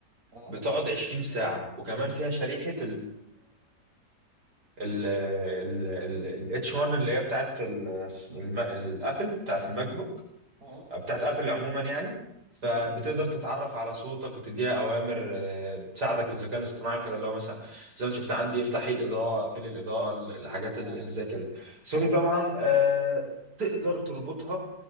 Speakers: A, on the right; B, on the right.
A: اه
B: بتقعد 20 ساعة وكمان فيها شريحة الاتش 1 اللي هي بتاعت ال- الم- الابل بتاعت الماك بوك
A: اه
B: بتاعت ابل عموما يعني فبتقدر
A: اه
B: تتعرف على صوتك وتديها اوامر آه، بتساعدك في الذكاء الاصطناعي كده اللي هو مثلا زي ما شفت عندي افتحي الاضاءه اقفلي الاضاءه الحاجات
A: اه
B: اللي زي كده سوني
A: اه
B: طبعا آه، تقدر تربطها